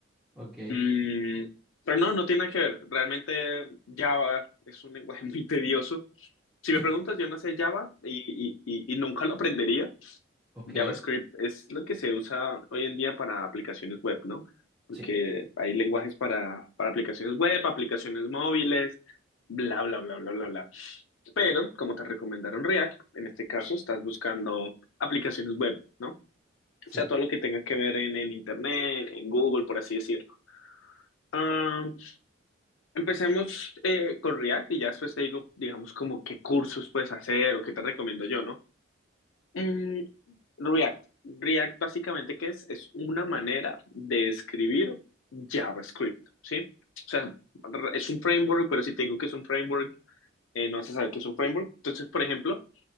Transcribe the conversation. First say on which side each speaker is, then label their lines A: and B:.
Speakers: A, in the centre; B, on the left.
A: Ok,
B: Mm, pero no, no tiene nada que ver. Realmente Java es un lenguaje <laughs> muy tedioso. Si
A: <laughs>
B: me preguntas, yo no sé Java y, y- y- y nunca lo aprendería.
A: ok.
B: JavaScript es lo que se usa hoy en día para aplicaciones web, ¿no? Porque
A: Sí,
B: hay lenguajes para, para aplicaciones web, aplicaciones móviles, bla, bla, bla, bla, bla, bla. Pero, como te recomendaron React, en este caso estás buscando aplicaciones web, ¿no? O
A: sí.
B: sea, todo lo que tenga que ver en, en Internet, en Google, por así decirlo. Ah, Empecemos eh, con React y ya después te digo, digamos, como qué cursos puedes hacer o qué te recomiendo yo, ¿no? Mm, React. React básicamente, ¿qué es? Es una manera de escribir JavaScript, ¿sí? O sea, es un framework, pero si te digo que es un framework, eh, no vas a saber que es un framework. Entonces, por ejemplo,